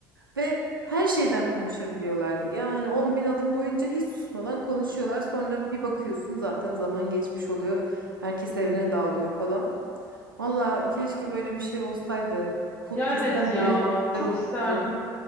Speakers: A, on the right (about 85°); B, on the left (about 15°).
A: Ve her şeyden konuşabiliyorlardı ya. Hani 10 bin adım boyunca hiç susmadan konuşuyorlar. Sonra bir bakıyorsun zaten zaman geçmiş oluyor. Herkes evine dağılıyor falan. Valla keşke böyle bir şey olsaydı. Podcast'ten
B: ya evet ya
A: bile
B: çok
A: güzel olurdu.
B: isterdim.